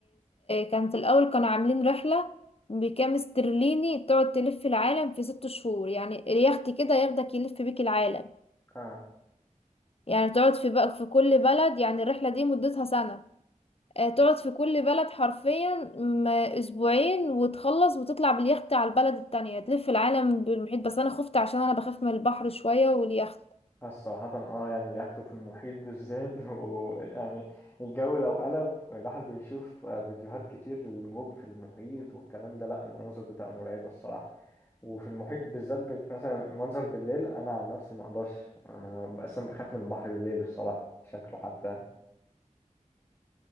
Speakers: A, on the left; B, on the left.
A: كانت الاول كانوا عاملين رحله بكام استرليني تقعد تلف في العالم في ست شهور يعني اليخت كده ياخدك يلف بيك العالم
B: اه
A: يعني تقعد في بقى في كل بلد يعني الرحله دي مدتها سنه آه، تقعد في كل بلد حرفيا م- اسبوعين وتخلص وتطلع باليخت على البلد التانية تلف العالم بالمحيط بس انا خفت عشان انا بخاف من البحر شوية واليخت
B: آه، صراحة اه يعني اليخت في المحيط بالذات <laughs> ويعني الجو لو قلب الواحد بيشوف آه، فيديوهات كتير للموج في المحيط والكلام ده لا المناظر بتبقى مرعبة الصراحة وفي المحيط بالذات بال... مثلا منظر بالليل أنا عن نفسي مقدرش أنا أصلا بخاف من البحر بالليل الصراحة شكله حتى